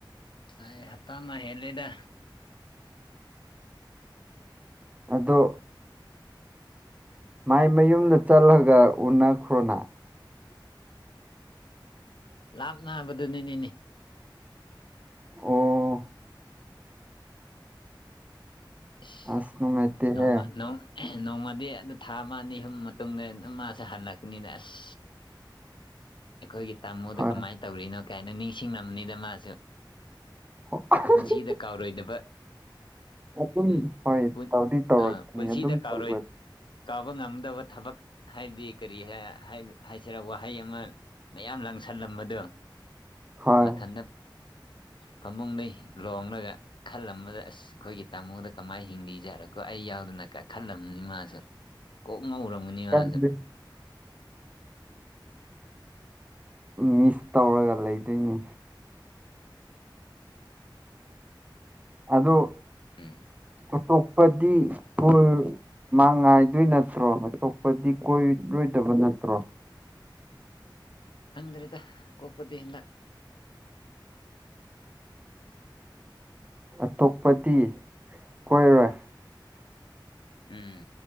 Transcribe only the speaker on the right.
ꯑꯗꯣ ꯃꯥꯏ ꯃꯌꯨꯝꯗ ꯆꯠꯂꯒ ꯎꯅꯈ꯭ꯔꯣꯅ
ꯑꯣ
ꯑꯁ ꯅꯨꯡꯉꯥꯏꯇꯦꯍꯦ
ꯍꯣꯏ
ꯍꯣꯏ
ꯑꯗꯨꯝ
ꯍꯣꯏ
ꯇꯧꯗꯤ ꯇꯧꯔꯛꯀꯅꯤ
ꯑꯗꯨꯝ
ꯇꯧꯒ
ꯍꯣꯏ
<inaudible>
ꯍꯥꯏꯕꯗꯤ
ꯃꯤꯁ ꯇꯧꯔꯒ ꯂꯩꯗꯣꯏꯅꯤ ꯑꯗꫭ
ꯑꯇꯣꯞꯄꯗꯤ <unintelligible> ꯃꯥ ꯉꯥꯏꯗꯣꯏ ꯅꯠꯇ꯭ꯔꯣ ꯑꯇꯣꯛꯞꯄꯗꯤ ꯀꯣꯏꯔꯣꯏꯗꯕ ꯅꯠꯇ꯭ꯔꯣ
ꯑꯇꯣꯞꯄꯗꯤ ꯀꯣꯏꯔꯣꯏ